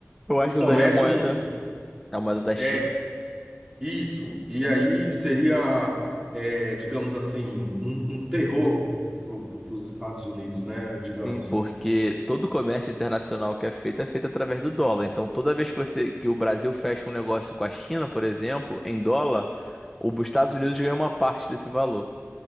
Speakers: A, in the centre; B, on the right (about 15°).
A: eu acho
B: para
A: que
B: o comércio
A: eu usaria a moeda,
B: mundial.
A: a moeda da China.
B: É isso. E aí seria, é, digamos assim, um, um terror para os Estados Unidos, né? Digamos.
A: Sim, porque todo comércio internacional que é feito é feito através do dólar. Então, toda vez que você que o Brasil fecha um negócio com a China, por exemplo, em dólar, o- os Estados Unidos ganham uma parte desse valor.